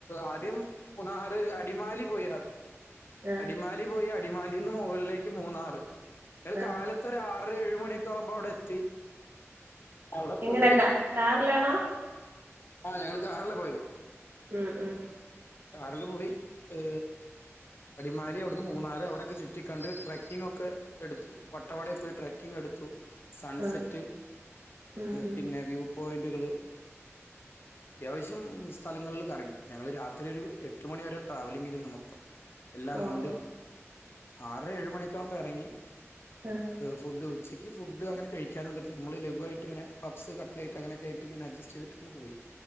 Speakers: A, on the left; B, on the right.
A: ആദ്യം മൂന്നാറ് അടിമാലി പോയി ആദ്യം
B: ആഹ്
A: അടിമാലി പോയി അടിമാലിന്ന് മുകളിലേക്ക് മൂന്നാറ്
B: ആഹ്
A: കാലത്ത് ഒരാറ് ഏഴുമണിക്ക ആകുമ്പോ അവിടെ എത്തി അവിടെ പോയി
B: എങ്ങനെ കാ കാറിലാണോ
A: ആഹ് ഞങ്ങള് കാറില പോയത്
B: ഉം ഉം
A: കാറില് പോയി ഏ അടിമാലി അവിടുന്ന് മൂന്നാറ് അവിടെക്കെ ചുറ്റിക്കണ്ട് ട്രക്കിങ് ഒക്കെ എടുത്തു വട്ടവടയിൽ പോയി ട്രക്കിംഗ് എടുത്തു സൺസെറ്റ്
B: ആഹ് ഉം ഉം
A: പിന്നെ വ്യൂ പോയിൻ ക്ള് അത്യാവശ്യം സ്ഥലങ്ങളിൽ കറങ്ങി ഞങ്ങള് രാത്രി ത്രി ഒരു എട്ട് മണി വരെ ട്രാവലിംഗിരുന്നു മൊത്തം എല്ലാം
B: ഓ
A: കണ്ട്
B: ഓ
A: ആറ് ഏഴുമ മണിക്ക ആകുമ്പോൾ ഇറങ്ങി
B: ആഹ്
A: ഫുഡ് ഉച്ചക്ക് ഫുഡ് അങ്ങനെ കഴിക്കാനും പറ്റില്ലമ്മൾ ലഘുവായിട്ട് ഇങ്ങന പപ്സ് കട്ലയിട്ട അങ്ങനൊക്ക ആയി് ഇങ്ങനെ അഡ്ജസ്റ്റ് ചെയ്തിട്ട്ങ്ങനെ പോയി